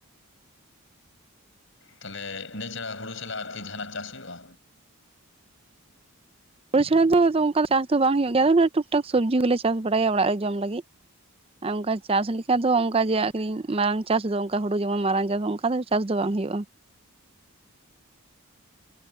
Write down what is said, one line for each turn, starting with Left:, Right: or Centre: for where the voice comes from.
Left: ᱛᱟᱦᱞᱮ ᱤᱱᱟᱹ ᱪᱷᱟᱲᱟ ᱦᱩᱲᱩ ᱪᱟᱞᱟᱜ ᱟᱨᱠᱤ ᱡᱟᱦᱟᱱᱟᱜ ᱪᱟᱥ ᱦᱩᱭᱩᱜᱼᱟ?
Right: ᱦᱩᱲᱩ ᱪᱷᱟᱲᱟ ᱫᱚ ᱟᱫᱚ ᱚᱱᱠᱟ ᱫᱚ ᱪᱟᱥ ᱫᱚ ᱵᱟᱝ ᱦᱩᱭᱩᱜ ᱜᱮᱭᱟ ᱟᱫᱚ ᱚᱱᱟ ᱴᱩᱠ ᱴᱟᱠ ᱥᱚᱵᱽᱡᱤ ᱠᱚᱞᱮ ᱪᱟᱥ ᱵᱟᱲᱟᱭᱟ ᱚᱲᱟᱜ ᱨᱮ ᱡᱚᱢ ᱞᱟᱹᱜᱤᱜ᱾ ᱟ ᱚᱝᱠᱟ ᱪᱟᱥ ᱞᱮᱠᱟ ᱫᱚ ᱚᱱᱠᱟ ᱡᱮ ᱟᱠᱷᱨᱤᱧ ᱢᱟᱨᱟᱝ ᱪᱟᱥ ᱫᱚ ᱚᱱᱠᱟ ᱦᱩᱲᱩ ᱡᱮᱢᱚᱱ ᱢᱟᱨᱟᱝ ᱪᱟᱥ ᱚᱱᱠᱟ ᱫᱚ ᱪᱟᱥ ᱫᱚ ᱵᱟᱝ ᱦᱩᱭᱩᱜᱼᱟ᱾